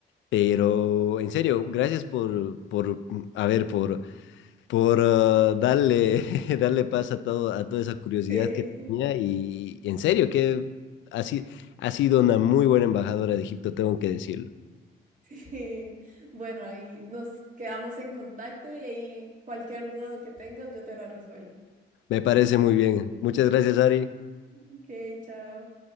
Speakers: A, on the left; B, on the right.
A: pero en serio, gracias por, por, a ver, por, por ah, darle, <laughs> darle paz a todo, a toda esa curiosidad
B: <laughs> Sí.
A: que tenía y en serio que ha, si- ha sido una muy buena embajadora de Egipto, tengo que decirlo.
B: <laughs> Sí, bueno, ahí nos quedamos en contacto y ahí cualquier duda que tengas yo te la resuelvo.
A: Me parece muy bien. Muchas gracias, Ari.
B: Ok, chao.